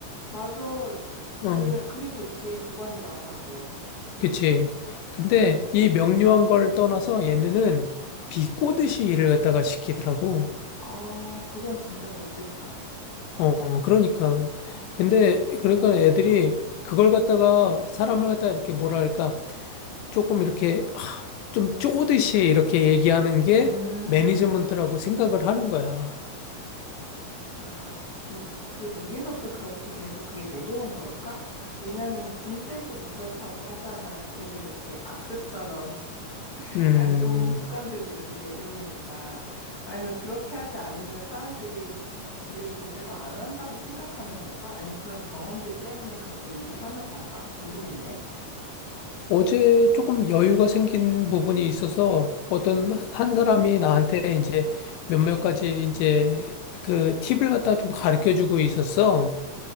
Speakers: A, on the left; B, on the left.
A: 맞아.
B: 어,
A: 그래, 그게 좋지. 두 번 일 안 하고.
B: 그치. 근데 이 명료한 걸 떠나서 얘네는 비꼬듯이 일을 갖다가 시키더라고.
A: 아, 그건 진짜 못됐다.
B: 어, 그러니까. 근데 그러니까 애들이 그걸 갖다가 사람을 갖다가 이렇게 뭐랄까 조금 이렇게 하, 좀 쪼듯이 이렇게 얘기하는 게
A: 음.
B: 매니지먼트라고 생각을 하는 거야.
A: 아, 그, 그 위에서부터 그렇게 계속 그게 내려온 걸까? 왜냐하면은 군대도 뭐 그렇다고 하잖아. 계속 이렇게 악습처럼 <laughs>
B: 음,
A: 안 좋은 습관들도 이렇게 내려오니까. 아니면 그렇게 하지 않으면 사람들이 일을 제대로 안 한다고 생각하는 걸까? 아니면 그런 경험들 때문에 그렇게 일부러 하는 건가? 모르겠네.
B: 어제 조금 여유가 생긴 부분이 있어서 어떤 한 사람이 나한테 이제 몇몇 가지 이제 그 팁을 갖다 좀 가르쳐 주고 있었어.